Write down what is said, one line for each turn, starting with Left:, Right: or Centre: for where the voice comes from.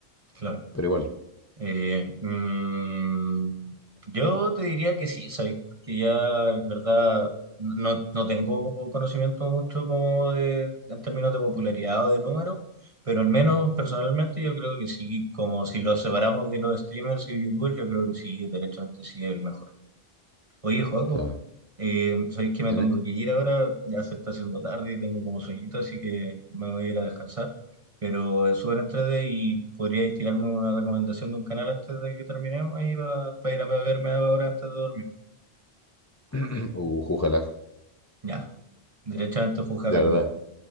Right: claro.
Left: pero igual,
Right: Eh, mm, yo te diría que sí, ¿sabes? Porque ya en verdad no, no tengo conocimiento mucho como de, en términos de popularidad o de números, pero al menos personalmente yo creo que sí, como si lo separamos de los streamers y youtubers, yo creo que sí, derechamente sí es el mejor. Oye, Joaco,
Left: claro,
Right: eh, sabéis que me
Left: dime,
Right: tengo que ir ahora, ya se está haciendo tarde y tengo como sueñito, así que me voy a ir a descansar. Pero es súper entrete y podríais tirarme una recomendación de un canal antes de que terminemos ahí para ir a verme ahora antes de dormir.
Left: <clears throat> uh, jújala,
Right: Ya, derechamente juzgar
Left: de verdad,
Right: no.